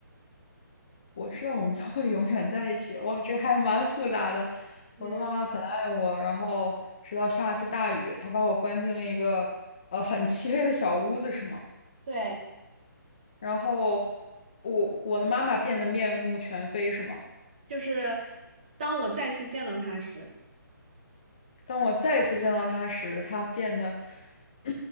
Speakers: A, on the left; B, on the right.
A: 我知道我们将会永远在一起。哇，这个还蛮复杂的。
B: 嗯，
A: 我的妈妈很爱我，然后直到下一次大雨，她把我关进了一个呃很漆黑的小屋子，是吗？
B: 对，
A: 然后我我的妈妈变得面目全非，是吗？
B: 就是当我再次见到她时，
A: 当我再一次见到她时，她变得…… <clears throat>